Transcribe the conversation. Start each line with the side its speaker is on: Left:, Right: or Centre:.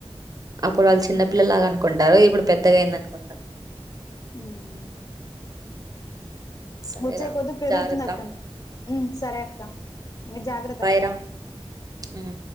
Right: అప్పుడు వాళ్ళు చిన్నపిల్లలాగా అనుకుంటారు. ఇప్పుడు పెద్దగా అయింద అనుకుంటారు.
Left: హ్మ్!
Right: సరేరా
Left: వచ్చేకొద్ది పెరుగుతుంది
Right: జాగ్రత్త
Left: అక్కడి సరే అక్క మీ జాగ్రత్త
Right: బాయ్
Left: అక్క
Right: రా మ్మ్